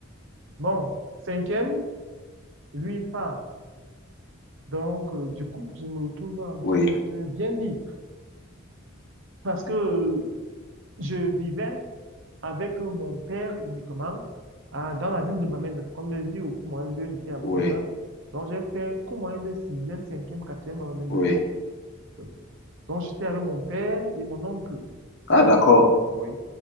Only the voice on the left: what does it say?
oui,
oui,
oui.
Ah, d'accord.